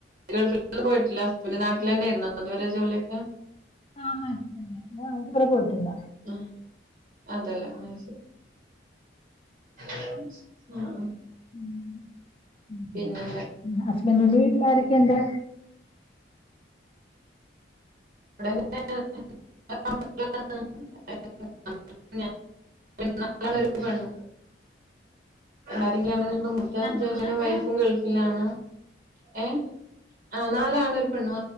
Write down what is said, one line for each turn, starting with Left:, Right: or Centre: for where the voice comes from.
Right: ഗൾഫ പോയിട്ടില്ല, ഹസ്ബൻഡ് നാട്ടിൽ
Left: സോ
Right: തന്നെയായിരുന്നു. അതുവരെ ജോലിയൊക്കെ-
Left: ആഹ് മാറ്റ തന്നെ അരെ പോയിട്ടില്ല.
Right: ആഹാ അതല്ല ആരി- ആഹ ആഹാ.
Left: ഉം ഉം.
Right: പിന്ന.
Left: ഹസ്ബന്റിന്റെ വീട്ടിൽ ആരൊക്കെയുണ്ട്.
Right: അവിടെങ്ങനെ <unintelligible> <unintelligible> എരെങ്കിലുംണെങ്കിലിൽ ഇടെ മൂത്ത
Left: ആൺമക്കളാ
Right: ജഷനും, വൈഫും ഗൾഫിലാണ് ഹേ. ആഹ് നളെ ആണര് പണ്വ-